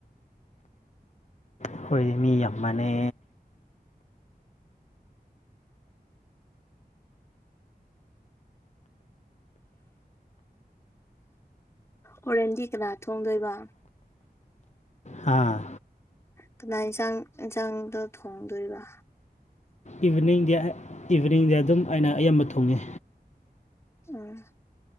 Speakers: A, on the left; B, on the left.
A: ꯑꯩꯈꯣꯏ ꯃꯤ ꯌꯥꯝꯃꯅꯦ
B: ꯑꯣꯣꯔꯦꯟꯗꯤ ꯀꯅꯥ ꯊꯣꯡꯗꯣꯏꯕ
A: ꯑꯥ
B: ꯀꯅꯥ ꯌꯦꯟꯁꯥꯡ ꯏꯟꯁꯥꯡꯗꯣ ꯊꯣꯡꯗꯣꯏꯔꯤꯕ
A: ꯏꯚꯤꯅꯤꯡꯗꯤ ꯏꯚꯤꯅꯤꯡꯗꯤ ꯑꯗꯨꯝ ꯑꯩꯅ ꯑꯌꯥꯝꯕ ꯊꯣꯡꯉꯤ
B: ꯎꯝ